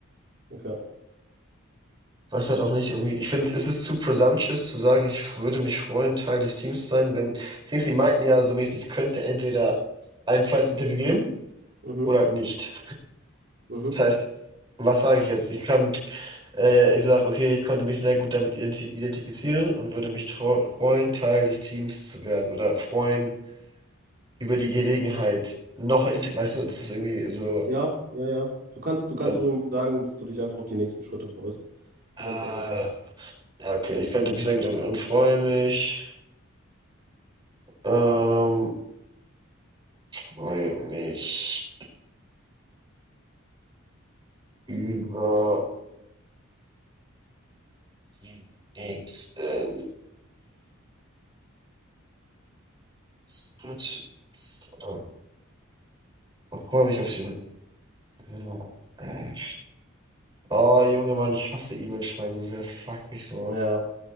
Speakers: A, on the right; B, on the right.
A: Okay.
B: Was halt auch nicht irgendwie, ich finde, es ist zu presumptuous zu sagen, ich würde mich freuen, Teil des Teams zu sein, wenn, das Ding ist, sie meinten ja so mäßig, es könnte entweder ein zweites Interview geben
A: Mhm.
B: oder halt nicht.
A: Mhm.
B: Das heißt, was sage ich jetzt? Ich kann, äh, ich sage, okay, ich konnte mich sehr gut damit identi- identifizieren und würde mich tro- freuen, Teil des Teams zu werden oder freuen über die Gelegenheit, noch, ein Inter- weißt du, das ist irgendwie so,
A: Ja, ja, ja. Du kannst, du kannst
B: also,
A: auch irgendwie sagen, dass du dich einfach auf die nächsten Schritte freust. So
B: äh,
A: ganz allgemein.
B: ja, okay, ich könnte mich sehr gut damit und freue mich. Ähm, freue mich über die nächsten. Stut- oder- freue mich auf die Rücken. Ja. äh. Oh, Junge, Mann, ich hasse E-Mail schreiben so sehr. Das fuckt mich so
A: Ja,
B: ab.